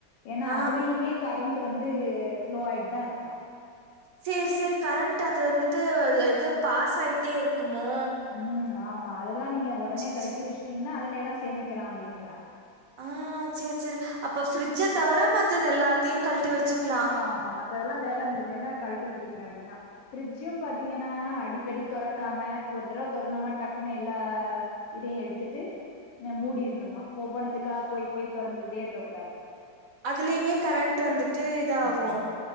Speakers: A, on the left; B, on the right.
A: ஏனா
B: ஆ.
A: அதுலயுமே கரண்ட் வந்து ஃப்ளோ ஆயிட்டு தா இருக்குமா
B: சேரி சேரி கரண்ட் அது வந்துட்டு இது பாஸ் ஆயிட்டே இருக்குமோ
A: ம் ஆமா அதெல்லா நீங்க உடனே
B: சரி,
A: கழட்டி
B: சரி.
A: வச்ட்டீங்ன்னா அதுல எல்லா சேமிக்கலா அப்டின்றாங்க
B: ஆ சேரி சேரி அப்ப ஃப்ரிட்ஜ்ஜ தவிர மத்தது எல்லாத்தையு கழட்டி வச்சுக்லா
A: ஆமா மத்ததெல்லா வேல முடிஞ்ச உனே கழட்டி வச்சுக்கிற வேண்டியதா ஃப்ரிட்ஜ்ஜு பாத்தீங்கன்னா அடிக்கடி தொறக்காம ஒரு தடவ தொறந்தோமா டக்குனு எல்லா இதையு எடுத்துட்டு மு மூடிரணுமா ஒவ்வொன்னத்துக்கா போய் போய் தொறந்துகிட்டே இருக்க கூடாது
B: அதுலயுமே கரண்ட் வந்துட் டு இதாகு
A: ஆமா